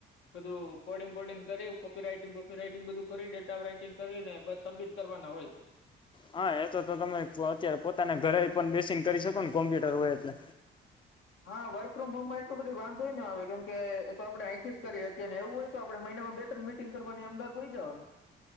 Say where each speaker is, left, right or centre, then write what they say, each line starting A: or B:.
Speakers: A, on the left (about 75°); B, on the left (about 25°).
A: બધું કોડિંગ બોડિંગ કરી કોપી રાઈટિંગ કોપી રાઈટિંગ બધું કરી ડેટા ઓફ રાઈટિંગ કરીને બસ સબિટ કરવાના હોય છે.
B: હા એ તો તો તમે અત્યારે પોતાના ઘરે પણ બેસીને કરી શકો કોમ્પ્યુટર હોય એટલે
A: હા વર્ક ફ્રોમ હોમમાં એટલું બધું વાંધોય ન આવે કેમ કે એ તો આપણે અહીંથી જ કરી હતી ને એવું હોય તો આપણે મય ને આવા બે ત્રણ મિટિંગ કરવાને અમદાવાદ વય જવાનું